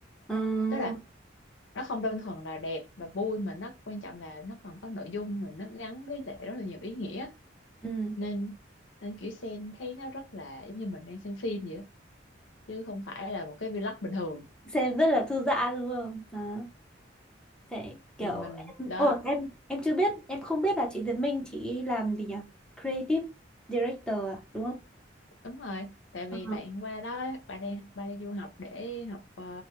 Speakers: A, in the centre; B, on the left.
A: Ừ.
B: tức là nó không đơn thuần là đẹp và vui mà nó quan trọng là nó còn có nội dung mà nó gắn với lại rất là nhiều ý nghĩa
A: ừ.
B: nên nên kiểu xem thấy nó rất là giống như mình đang xem phim vậy á, chứ không phải là một cái vlog bình thường
A: Xem rất là thư giãn đúng không? Đó. Thế kiểu
B: mình
A: em
B: đó
A: ồ em em chưa biết, em không biết là chị Diệp Minh chị làm gì nhỉ? Creative director à, đúng không?
B: đúng rồi tại
A: Ờ.
B: vì bạn qua đó bạn đang bạn đi du học để học ờ,